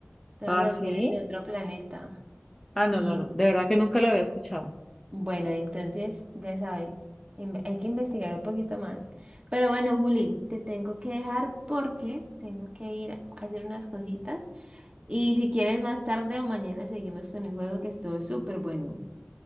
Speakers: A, on the right (about 25°); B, in the centre.
A: todos
B: ¿Ah,
A: los
B: sí?
A: seres de otro planeta.
B: Ah, no,
A: Y
B: no, no. De verdad que nunca lo había escuchado.
A: bueno, entonces, ya sabe, inve- hay que investigar un poquito más. Pero bueno, Juli, te tengo que dejar porque tengo que ir a hacer unas cositas. Y si quieres, más tarde o mañana seguimos con el juego que estuvo súper bueno.